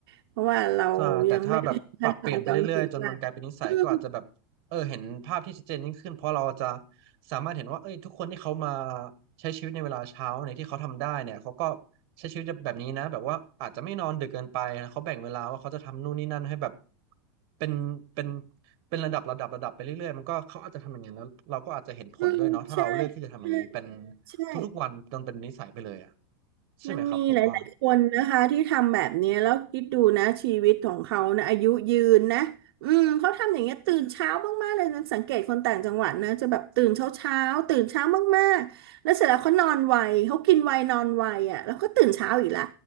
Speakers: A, on the right; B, on the right.
A: เพราะว่าเรายังไม่ได้ถึงขั้นตอนจนถึงว่า
B: ใช่แต่ถ้าแบบปรับเปลี่ยนไปเรื่อยๆจนมันกลายเป็นนิสัยก็อาจจะแบบเออเห็นภาพที่ชัดเจนยิ่งขึ้นเพราะเราจะ
A: อืม
B: สามารถเห็นว่าเอ้ยทุกคนที่เขามาใช้ชีวิตในเวลาเช้าในยที่เขาทำได้เนี่ยเขาก็ใช้ชีวิตแบบนี้นะแบบว่าอาจจะไม่นอนดึกเกินไปนะเขาแบ่งเวลาว่าเขาจะทำนู่นนี่นั่นให้แบบเป็นเป็นเป็นระดับระดับระดับไปเรื่อยๆมันก็เขาอาจจะทำอย่างนั้นแล้วเราก็อาจจะเห็นผลด้วยเนาะถ้าเราเลือกที่จะทำอย่างนี้เป็น
A: อืมใช่ใช่ใช่
B: ทุกๆวันจนเป็นนิสัยไปเลยอ่ะใช่ไหมครับผมว่า
A: มันมีหลายๆคนนะคะที่ทำแบบเนี้ยแล้วคิดดูนะชีวิตของเขานะอายุยืนนะอืมเขาทำอย่างเงี้ยตื่นเช้ามากๆเลยนะสังเกตคนต่างจังหวัดนะจะแบบตื่นเช้าเช้าตื่นเช้ามากๆแล้วเสร็จแล้วเขานอนไวเขากินไวนอนไวอ่ะแล้วก็ตื่นเช้าอีกละ